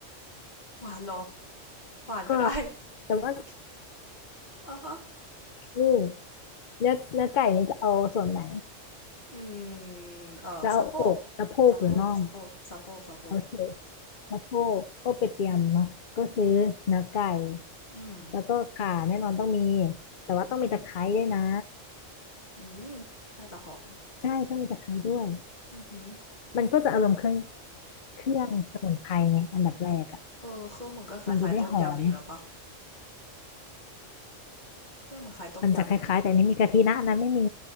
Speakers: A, on the left (about 35°); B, on the left (about 50°).
A: หวานเหรอ หวานก็ได้
B: ก็แต่ว่า
A: โอเคอ่ะฮะ
B: นี่เนื้อเนื้อไก่นี่จะเอาส่วนไหน
A: อืมเอ่อสะโพก
B: จะเอาอกสะโพกหรือน่อง
A: สะโพกสะโพกสะโพกสะโพก
B: โอเคสะโพกก็ไปเตรียมเนาะก็ซื้อเนื้อไก่
A: อืมอืม อืม
B: แล้วก็ข่าแน่นอนต้องมีแต่ว่าต้องมีตะไคร้ด้วยนะ
A: อือหืออืมน่าจะหอม
B: ใช่ต้องมีตะไคร้ด้วย
A: อือหือ
B: มันก็จะอารมณ์เครื่องเครื่องสมุนไพรไงอันดับแรกอ่ะ
A: เออเครื่องมันก็คล้ายๆต้มยำอีกแล้วปะ
B: มันจะได้หอม
A: เครื่องมันคล้ายต้มยำอยู่นะเนี่ย
B: มันจะคล้ายๆแต่อันนี้มีกะทินะอันนั้นไม่มี